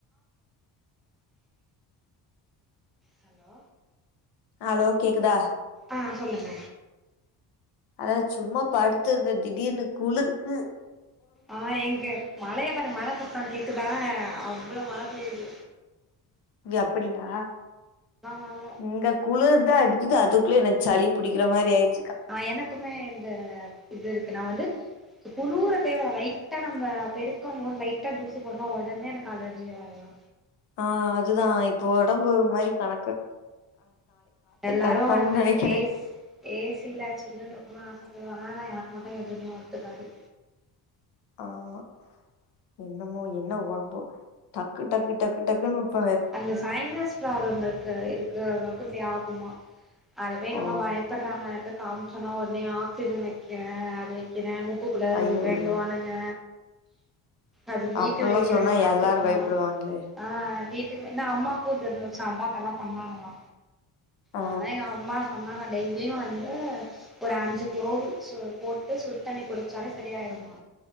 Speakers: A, in the centre; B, on the left (about 75°).
A: ஹலோ
B: ஹலோ கேக்குதா
A: ஆ சொல்லுங்க
B: அத சும்மா படுத்துருந்த திடீர்னு குளுருக்கு
A: ஆ எங்க மழையே பாருங்க மழ சத்தோங் கேக் ஊத்துதா அவ்ளோ மழ பேயிது
B: இங்க அப்டியா
A: மழ
B: இங்க குளுர்தா அடிக்குது அதுக்குள்ளயே எனக் சளி புடிக்கிற மாரி ஆயிர்
A: ஆ எனக்குமே இந்த இது இருக்கு நா வந்து குளுர தேவல லைட்டா நம்ம பெருக்குமா போது லைட்டா தூசி போன ஒடனே எனக்கு அலர்ஜி ஆயிரு
B: ஆ அதுதா இப்போ ஒடம்பு ஒரு மாரி கண
A: எல்லாரு
B: கன்ஃபார்ம்னு
A: வந்து
B: நெனைக்கிறே
A: ஏஸ் ஏசில சில்லுன்ட்ருக்கனுன் ஆச சொல்லுங்க ஆனா எனக்கு மட்டு எதுமே ஒத்துக்காது
B: ஆமா என்னமோ என்ன ஒடம்போ டக்கு டக்கு டக்கு டக்குனு ப
A: அந்த சைனஸ் பிராபுளம் இருக்குல இருக்குறவங்க இப்புடி ஆகுமா அத போய் எங்க
B: ஓ
A: அம்மா பயப்படுறாங்க நறையா பேர் காமிச்சொன்னா ஒடனே ஆக்சிஜன் வெக்கிற அத வெக்கிற மூக் மூக்குல
B: ஐயோ
A: வேங்குவானுங்க
B: ஐயோ
A: அதுக்கு வீட்டு
B: அப்பல்லா
A: வைத்தியமே
B: சொன்னா
A: பாத்துக்கலாம்
B: எல்லாரு பயப்படுவாங்களே
A: ஆ வீட் ட்டில்ல ஏன்னா அம்மாக்கு இது இருந்துச்சா அம்மாக்கு அதா பண்ணாங்களா
B: ஆ
A: அதுலா எங்க அம்மாஸ் சொன்னாங்க டெய்லியு வந்து ஒரு அஞ்சு குளோவுஸ்சு போட்டு சுடு தண்ணி குடுச்சாலே செரியாயிருமா